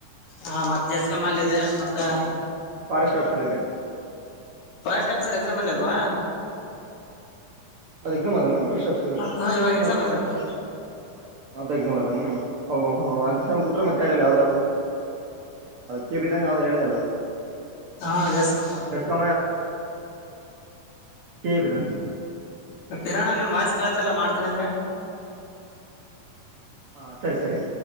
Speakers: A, on the left; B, on the right.
A: ಹಾ ಮತ್ತೆ ಜಸ್ಕಮ್ಮಲ್ಲಿ ಇದೆ ಮತ್ತೆ
B: ಫಾರೆಸ್ಟ್ ಆಫೀಸರ್ ಇದೆ
A: ಫಾರೆಸ್ಟ್ ಆಫೀಸರ್ ಎಕ್ಸಾಮ್ ಇರಲಿಲ್ವಾ
B: ಅದ ಎಕ್ಸಾಮ್ ಅದನ ಫಾರೆಸ್ಟ್ ಆಫಸರ್ ಸರಿ
A: ಹ ಇವಾಗ ಎಕ್ಸಾಮ್
B: ಹಾ
A: ಇದೆ ಅದು
B: ಅದು ಎಕ್ಸಾಮ್ ಅದ ನಾ ಹಾ ಟ್ರ ಮತ್ತೆಾರ ಕೆ ಬಿದ್ದಾನೆ ಯ ಹೇಳಲ್ಲ
A: ಹಾ ಜಸ್ಕಮ್
B: <unintelligible> ದಷ್ಟಕ ಕೆ ಪಿತ <unintelligible>
A: ಇರಾಣ ನಿಮ್ ವಯಸ್ ಕೇಳ್ತ ಇಲ್ಲ ಮಾಡ್ತೇನ ನಿಮ್ಗೆ
B: ಹಾ ಸರಿ ಸರಿ